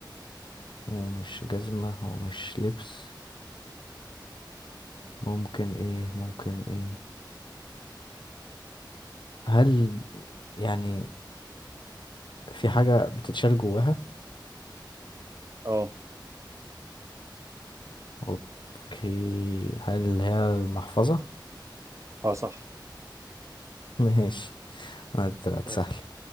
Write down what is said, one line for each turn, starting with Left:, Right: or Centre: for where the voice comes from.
Left: ومش جزمة ومش لبس ممكن ايه ممكن ايه هل يعني في حاجة بتتشال جواها؟
Right: اه
Left: اوكي هل هي المحفظة؟
Right: اه صح
Left: <laughs> ماشي ما طلعت
Right: طيب
Left: سهلة